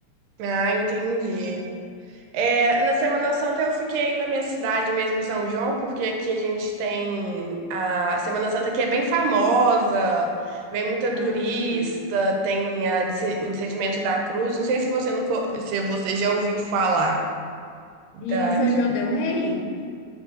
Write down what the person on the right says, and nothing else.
Ah, entendi. É, na Semana Santa eu fiquei na minha cidade mesmo, em São João, porque aqui a gente tem a Semana Santa que é bem famosa, vem muita
turista, tem a disse- o Descedimento da Cruz. Não sei se você nunca, se você já ouviu falar da
isso.